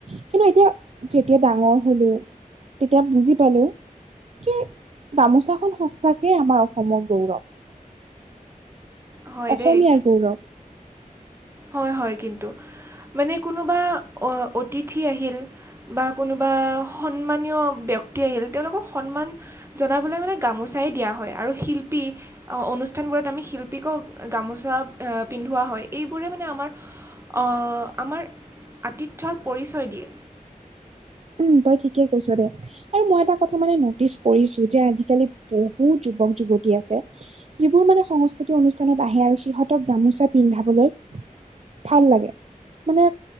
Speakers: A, on the right (about 50°); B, on the right (about 20°).
A: কিন্তু এতিয়া যেতিয়া ডাঙৰ হ'লো তেতিয়া বুজি পালো। কি গামোচাখন সঁচাকে আমাৰ অসমৰ গৌৰৱ।
B: হয়
A: অসমীয়াৰ
B: দেই
A: গৌৰৱ।
B: হয় হয় কিন্তু, মানে কোনোবা অতিথি আহিল বা কোনোবা সন্মানীয় ব্যক্তি আহিল, তেওঁলোকক সন্মান জনাবলৈ মানে গামোচাই দিয়া হয়। আৰু শিল্পী অ অনুষ্ঠানবোৰত আমি শিল্পীকো গামোচা আ পিন্ধোৱা হয়। এই বোৰে মানে আমাৰ অ আমাৰ আতিথ্যৰ পৰিচয় দিয়ে।
A: উম তই ঠিকেই কৈছ দে আৰু মই এটা কথা মানে নটিচ কৰিছো যে আজি-কালি বহু বহুত যুৱক-যুৱতী আছে যিবোৰ মানে সংস্কৃতি অনুষ্ঠানত আহে আৰু সিহঁতক গামোচা পিন্ধাবলৈ ভাল লাগে। মানে